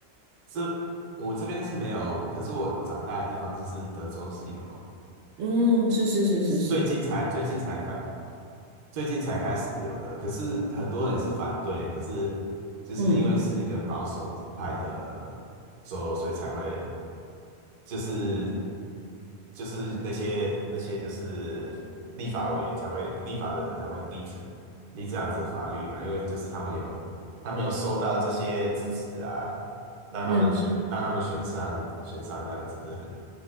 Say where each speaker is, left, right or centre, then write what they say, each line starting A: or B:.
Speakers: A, on the right; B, on the right.
A: 这我这边是没有，可是我长大的地方就是德州是有，
B: 嗯，是是是是是，
A: 最近才最近才反最近才开始有的。可是很多人是反对，可是就是因为是一个保守派的州，
B: 嗯
A: 所以才会就是就是那些那些就是立法委员才会立法的人才会立成立这样子的法律嘛，因为就是他们有他们有收到这些支持啊，让他们选让他们选上选上这样子。
B: 嗯